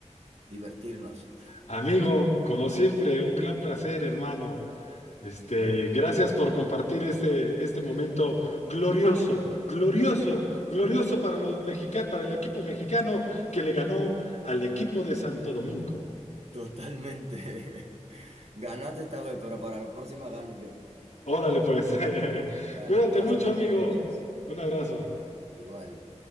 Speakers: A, on the right; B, on the left.
A: Divertirnos.
B: Amigo, como siempre, un gran placer, hermano. Este,
A: Dale.
B: gracias por compartir este, este momento glorioso, glorioso, glorioso para los mexicanos, para el equipo mexicano que le ganó al equipo de Santo Domingo.
A: Totalmente. <laughs> Ganaste esta vez, pero para la próxima gano yo.
B: Órale, pues. <laughs>
A: Dale,
B: Cuídate
A: pasa
B: mucho,
A: buenas
B: amigo.
A: noches.
B: Un abrazo.
A: Igual.